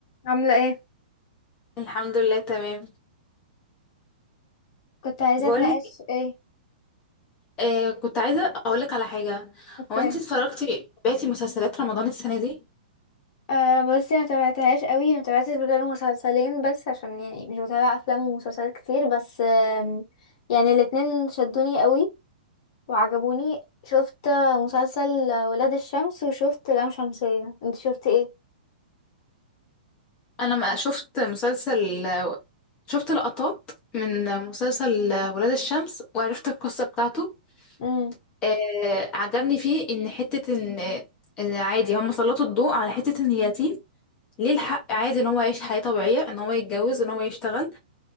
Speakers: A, on the left; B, on the left.
A: عاملة ايه؟
B: الحمد لله تمام
A: كنت عايزة
B: بقولك
A: اتناقش ايه
B: آه كنت عايزة أقولك على حاجة
A: اوكي
B: هو أنت اتفرجتي بقيتي مسلسلات رمضان السنة دي؟
A: آه بصي ما تابعتهاش قوي ما تابعتش غير مسلسلين بس عشان يعني مش بتابع افلام ومسلسلات كتير بس آم، يعني الاتنين شدوني قوي وعجبوني شفت مسلسل ولاد الشمس وشفت لام شمسية انت شفت
B: أنا ما شفت مسلسل شفت لقطات من مسلسل ولاد الشمس وعرفت القصة بتاعته
A: ايه
B: آه عجبني فيه إن حتة إن إن عادي هم سلطوا الضوء على حتة إن اليتيم ليه الحق عادي إن هو يعيش حياة طبيعية إن هو يتجوز إن هو يشتغل